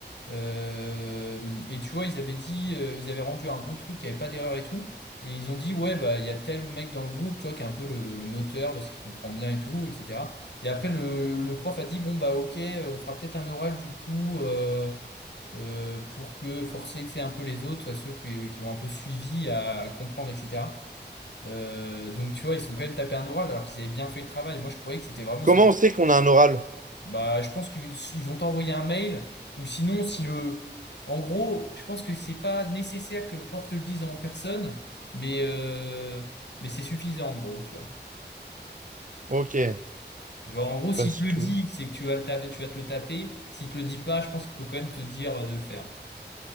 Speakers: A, on the left; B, on the right.
A: euh, et tu vois, ils avaient dit, euh, ils avaient rendu un bon truc, il n'y avait pas d'erreur et tout. Et ils ont dit, ouais, bah, il y a tel mec dans le groupe, tu vois, qui est un peu le, le moteur parce qu'il comprend bien et tout, etc. Et après, le, le prof a dit, bon, bah, ok, on fera peut-être un oral du coup euh, euh, pour que forcer, tu sais, un peu les autres, ceux qui, qui ont un peu suivi à comprendre, etc. Euh, donc, tu vois, ils sont quand même tapés un oral alors qu'ils avaient bien fait le travail. Moi, je croyais que c'était vraiment
B: Comment
A: ceux
B: on sait qu'on a un oral?
A: bah, je pense qu'ils ils vont t'envoyer un mail, ou sinon, si le... En gros, je pense que c'est pas nécessaire que le prof te le dise en personne, mais, euh, mais c'est suffisant, en gros, tu vois.
B: Ok.
A: Genre, en gros, s'il
B: Parce
A: te le
B: que.
A: dit, c'est que tu vas le taper, tu vas te le taper. S'il te le dit pas, je pense qu'il peut quand même te dire euh, de le faire.